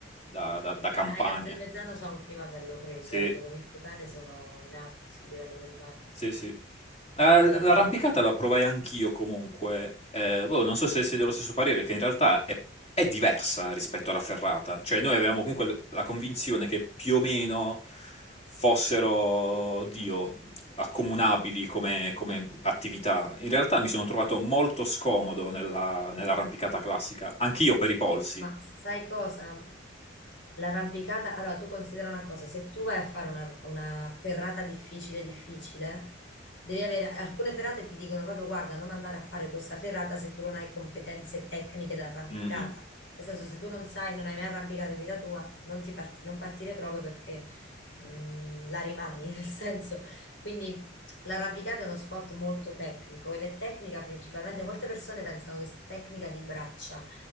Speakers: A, on the left; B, on the left.
A: da, da- da campagna.
B: Eh, Castelmezzano c'ha un clima bello freddo,
A: Sì.
B: eh, le Dolomiti Lucane sono in alto sul livello del mare.
A: Sì, sì. La-
B: E-
A: L'arrampicata la provai anch'io comunque. Eh, boh, non so se sei dello stesso parere, che in realtà è, è diversa rispetto alla ferrata. Cioè, noi avevamo comunque la convinzione che più o meno fossero, Dio, accomunabili come, come attività. In realtà mi sono trovato molto scomodo nella, nell'arrampicata classica, anch'io per i polsi.
B: Ma sai cosa? L'arrampicata, allora tu considera una cosa, se tu vai a fare una, una ferrata difficile, difficile, devi avere alcune ferrate ti dicono proprio guarda, non andare a fare questa ferrata se tu non hai competenze tecniche da arrampicata.
A: Mm, mm.
B: Nel senso, se tu non sai, non hai mai arrampicato in vita tua, non ti parti- non partire proprio perché mh, la rimani, <laughs> nel senso, quindi L'arrampicata è uno sport molto tecnico ed è tecnica principalmente, molte persone pensano che sia tecnica di braccia,